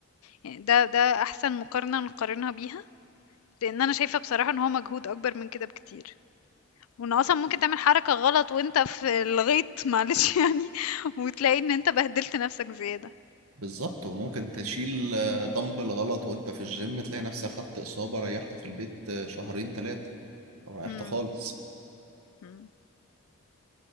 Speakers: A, on the left (about 70°); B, on the right (about 75°).
A: يعني ده ده احسن مقارنة نقارنها بيها لان انا شايفة بصراحة ان هو مجهود اكبر من كده بكتير وان اصلا ممكن تعمل حركة غلط وانت في الغيط <laughs> معلش يعني وتلاقي ان انت بهدلت نفسك زيادة
B: بالظبط وممكن تشيل آه، دمبل غلط وانت في الجيم تلاقي نفسك خدت إصابة ريحت في البيت آه، شهرين ثلاثة أو ريحت
A: مم.
B: خالص
A: مم.